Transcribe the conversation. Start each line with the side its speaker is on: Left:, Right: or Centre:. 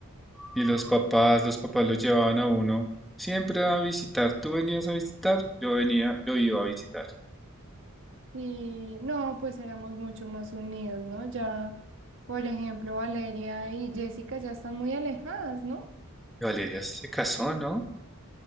Centre: y los papás, los papás los llevaban a uno siempre a visitar, tú venías a visitar, yo venía, yo iba a visitar.
Right: Y no, pues éramos mucho más unidos, ¿no? Ya, por ejemplo, Valeria y Jessica ya están muy alejadas, ¿no?
Centre: Y Valeria se casó, ¿no?